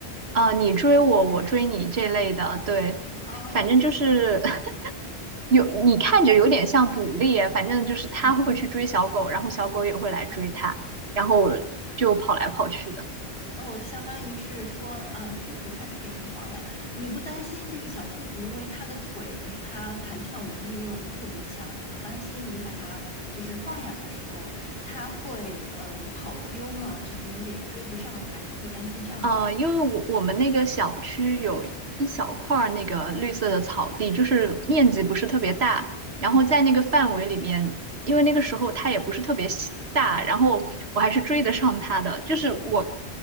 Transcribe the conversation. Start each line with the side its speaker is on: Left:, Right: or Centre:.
Right: 啊，你追我，
Left: 很难想象。
Right: 我追你这类的，对，
Left: 哦，
Right: 反正就是 <laughs> 有你看着有点像捕猎，反正就是它会去追小狗，
Left: 嗯，
Right: 然后小狗也会来追它，然后就跑来跑去的。
Left: 哦，相当于是说，呃，兔子它是给它放养，你不担心，就是小兔子，因为它的腿就是它弹跳能力又特别强，你不担心你把它就是放养的时候，它会嗯、呃跑丢吗？就是你有点追不上它，你不会担心这样的问题。
Right: 呃，因为我我们那个小区有一小块儿那个绿色的草地，就是面积不是特别大，然后在那个范围里面，
Left: 嗯
Right: 因为那个时候它也不是特别喜大，然后我还是追得上它的，就是我